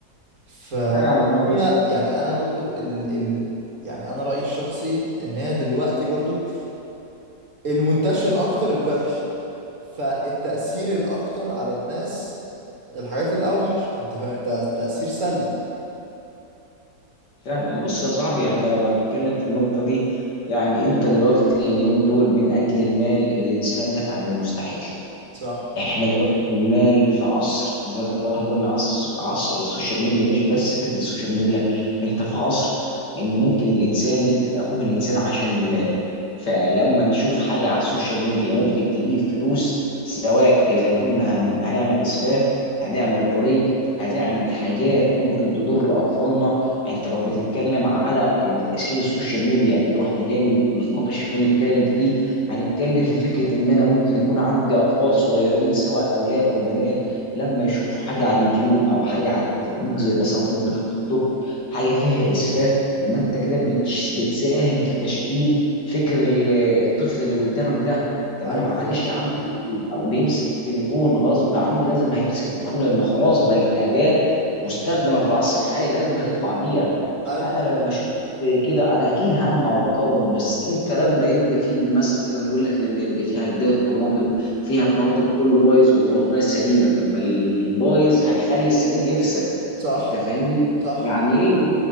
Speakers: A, on the right (about 45°); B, on the left (about 70°).
A: ف
B: فعلا اه
A: هي يعني انا برضو ال... ال... يعني انا رايي الشخصي ان هي دلوقتي برضو المنتشر اكتر الوحش فالتأثير الاكتر على الناس الحاجات الاوحش انت فاهم تأ- تأثير سلبي
B: فعلا بص يا صاحبي احنا لو هنتكلم في النقطة دي يعني انت دلوقتي اليومين دول من اجل المال الانسان يفعل المستحيل
A: صح
B: احنا دلوقتي جمال في عصر زي ما قلنا قلنا عصر عصر السوشيال ميديا مش بس فكره السوشيال ميديا انت في عصر ان ممكن الانسان يقتل اخوه الانسان عشان المال فلما نشوف حاجه على السوشيال ميديا ممكن تجيب فلوس سواء اذا كنا هن... هنعمل اسفاف هنعمل عري هنعمل حاجات ممكن تضر اطفالنا انت لو بتتكلم على تاثير السوشيال ميديا اللي احنا جايين نتناقش فيه ونتكلم فيه هنتكلم في فكرة إن أنا ممكن يكون عندي أطفال صغيرين سواء أولاد أو بنات لما يشوفوا حاجة على اليوتيوب أو حاجة على التطبيق زي مثلا تطبيق التيك توك حاجة فيها إسفاف طب ما أنت كده بتش- بتساهم في تشكيل فكر ال- الطفل اللي قدامك ده طب
A: ايوه
B: أنا معلش
A: صح
B: عندي طفل أو بيمسك التليفون غصب عني لازم هيمسك التليفون لأنه خلاص بقت أداة مستخدمة في العصر الحالي لازم هيطلع بيها فأنا
A: ايوه
B: لما أشوف زي كده انا اكيد همنع واقاوم بس انت لما يبقى فيه بالمثل كده نقول لك لما يبقى فيه عدايه طماطم فيها الطماطم كله بايظ وطماطميه سليمه طب ما البايظ هيخلي السليم يفسد
A: صح
B: انت فاهمني
A: صح
B: يعني ايه